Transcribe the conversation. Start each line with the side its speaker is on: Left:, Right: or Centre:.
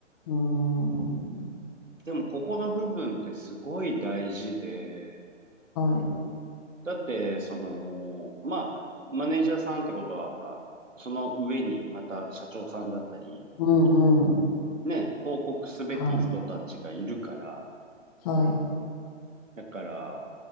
Left: うん、は
Right: でもここの部分ってすごい大事で、
Left: い。
Right: だって、その、まあ、マネージャーさんってことは、ほら、その上にまた社長さんだったり、
Left: うん、うん。
Right: ね、報告すべき人たちがいるから、
Left: はい、はい。
Right: だから、